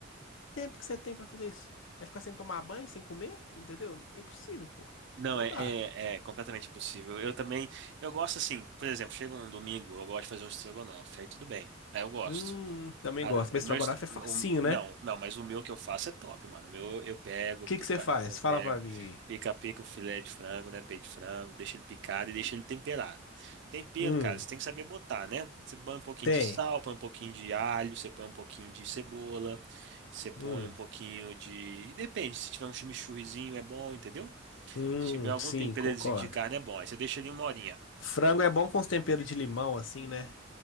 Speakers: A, on the left; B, on the right.
A: tempo que você tem pra fazer isso? Vai ficar sem tomar banho, sem comer? Entendeu? É impossível, pô.
B: Não,
A: Não
B: é,
A: dá.
B: é, é completamente impossível. Eu também. Eu gosto assim, por exemplo, chega um domingo, eu gosto de fazer um estrogonofe. Aí tudo bem. Aí eu gosto.
A: Hum, também
B: Ah,
A: gosto. Mas
B: o
A: estrogonofe
B: meu, est- o-
A: é facinho, né?
B: não,
A: O
B: não, mas o meu que eu faço é top, mano. O meu eu pego,
A: que
B: pica,
A: que você faz?
B: eu
A: Fala
B: pego,
A: pra mim aí.
B: pica, pica o filé de frango, né? Peito de frango, deixa ele picado e deixa ele temperado. Tempero,
A: Hum,
B: cara, você tem que saber botar, né? Você põe um pouquinho
A: tem.
B: de sal, põe um pouquinho de alho, você põe um pouquinho de cebola, você põe
A: Hum,
B: um pouquinho de. e Depende, se tiver um chimichurrizinho é bom, entendeu?
A: hum,
B: Se tiver algum
A: sim,
B: temperozinho
A: concordo.
B: de carne é bom. Aí você deixa ele uma horinha.
A: Frango é bom com os temperos de limão, assim, né?